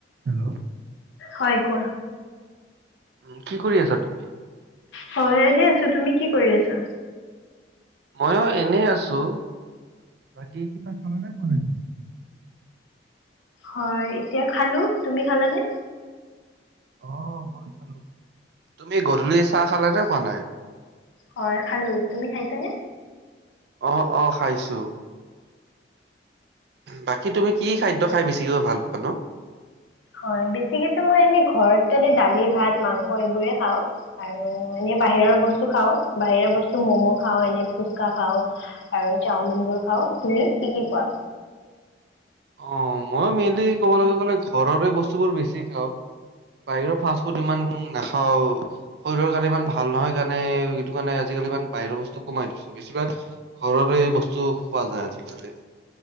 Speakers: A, on the right; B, on the left.
A: Hello.
B: হয়, কোৱা।
A: উম, কি কৰি আছা তুমি?
B: হয়, এনেই আছো, তুমি কি কৰি আছা?
A: ময়ো এনে আছো, বাকী কিবা খালানে খোৱা নাই?
B: হয়, এতিয়া খালো, তুমি খালানে?
A: অ', মই খালো, তুমি গধূলি চাহ খালা নে খোৱা নাই?
B: হয়, খালো তুমি খাইছানে?
A: অ', অ', খাইছো। বাকী তুমি কি খাদ্য খাই বেছিকৈ ভাল পোৱানো?
B: হয়, বেছিকো মই এনে ঘৰত এনে দালি ভাত মাংস এইবোৰে খাওঁ। আৰু এনেই বাহিৰৰ বস্তু খাওঁ বাহিৰৰ বস্তু মম' খাওঁ এনে ফুচকা খাওঁ। আৰু চাওমিনবোৰ খাওঁ, তুমি কি কি খোৱা?
A: অ', মই মেইনলি ক'বলৈ গ'লে ঘৰৰে বস্তুবোৰ বেছি খাওঁ। বাহিৰৰ ফাষ্টফুড ইমান নাখাওঁ। শৰীৰৰ কাৰণে ইমান ভাল নহয় কাৰণে এইটো কাৰণে আজিকালি ইমান বাহিৰৰ বস্তু কমাই দিছো। বেছিভাগ ঘৰৰে বস্তু খোৱা যায় আজিকালি।